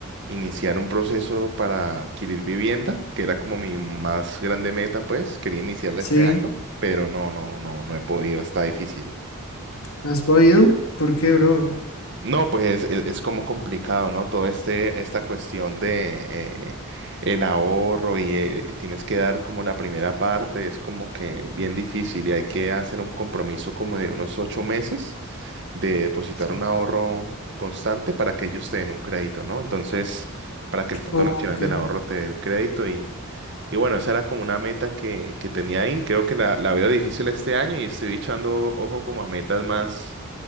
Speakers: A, on the right (about 50°); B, on the left (about 80°).
A: iniciar un proceso para adquirir vivienda, que era como mi más grande meta, pues, quería iniciarla
B: Sí,
A: este año, pero no, no, no, no he podido, está difícil.
B: ¿no has podido? ¿Por qué, bro?
A: No, pues es, es- es como complicado, ¿no? Todo este, esta cuestión de eh, el ahorro y eh, tienes que dar como la primera parte, es como que bien difícil y hay que hacer un compromiso como de unos ocho meses de depositar
B: Sí.
A: un ahorro constante para que ellos te den un crédito, ¿no? Entonces, para que el Fondo
B: Ok.
A: Nacional del Ahorro te dé el crédito y, y bueno, esa era como una meta que, que tenía ahí. Creo que la, la veo difícil este año y estoy echando ojo como a metas más